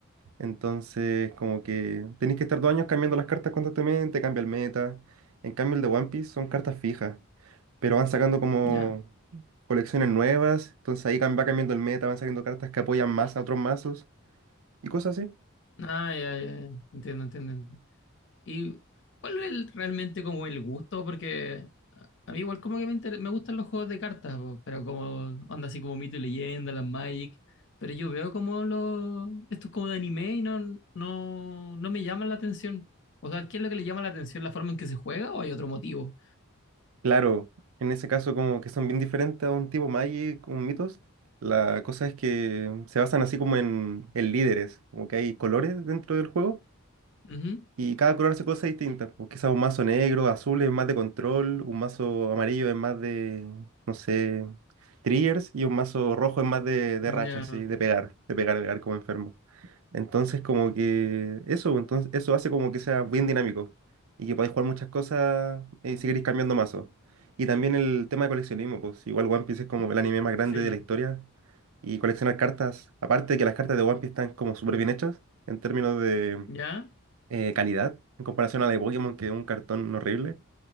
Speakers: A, on the right (about 85°); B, on the left (about 60°).
A: Entonces, como que tenéis que estar dos años cambiando las cartas constantemente, cambia el meta. En cambio, el de One Piece son cartas fijas. pero van sacando como
B: ya.
A: colecciones nuevas, entonces ahí cam- va cambiando el meta, van saliendo cartas que apoyan más a otros mazos y cosas así.
B: Ah, ya, ya, ya. Entiendo, entiendo. ¿Y cuál es el- realmente como el gusto? Porque a mí igual como que me, inter- me gustan los juegos de cartas, po, pero como onda así como Mito y Leyenda, las Magic, pero yo veo como los, estos como de anime y no, no, no me llaman la atención. O sea, ¿qué es lo que le llama la atención? ¿La forma en que se juega o hay otro motivo?
A: Claro, en ese caso como que son bien diferentes a un tipo Magic, un Mythos, la cosa es que se basan así como en, en líderes, como que hay colores dentro del juego
B: Ujú.
A: y cada color hace cosas distintas, pues quizás un mazo negro, azul es más de control, un mazo amarillo es más de, no sé, triggers y un mazo rojo es más de, de
B: Ya,
A: racha, así, de pegar, de pegar, pegar como enfermo. Entonces, como que eso, entonces, eso hace como que sea bien dinámico y que podáis jugar muchas cosas eh, si queréis cambiando mazos. Y también el tema de coleccionismo, pues igual One Piece es como el anime más grande
B: sí.
A: de la historia y coleccionar cartas, aparte de que las cartas de One Piece están como súper bien hechas en términos de
B: ¿Ya?
A: eh, calidad, en comparación a la de Pokémon, que es un cartón horrible,